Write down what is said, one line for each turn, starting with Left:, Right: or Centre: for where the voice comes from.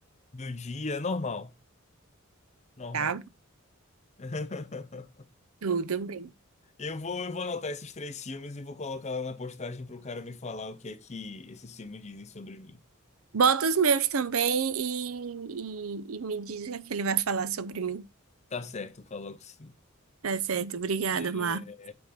Left: do dia, é normal, normal.
Right: tá?
Left: <laughs>
Right: Tudo bem.
Left: Eu vou, eu vou anotar esses três filmes e vou colocar lá na postagem pro cara me falar o que é que esses filmes dizem sobre mim.
Right: Bota os meus também e, e, e me diz o que é que ele vai falar sobre mim.
Left: Tá certo, coloco sim.
Right: Tá certo, obrigada,
Left: É,
Right: Marcos.